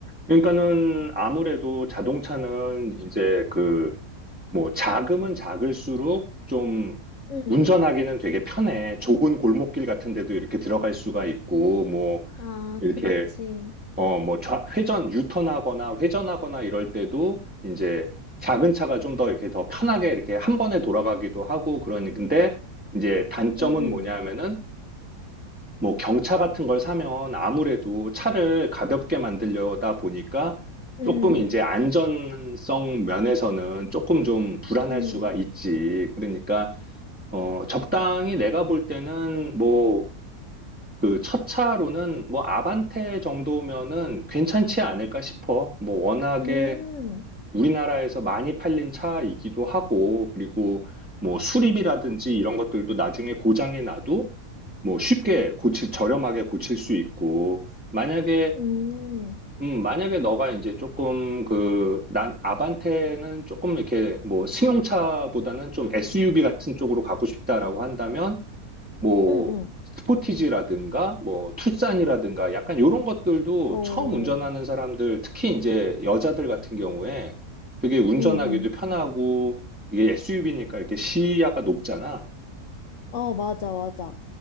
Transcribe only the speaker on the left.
응.
아,
그렇지.
응, 응,
응,
응,
응,
응,
응, 응.
오,
응, 응.
어, 맞아, 맞아.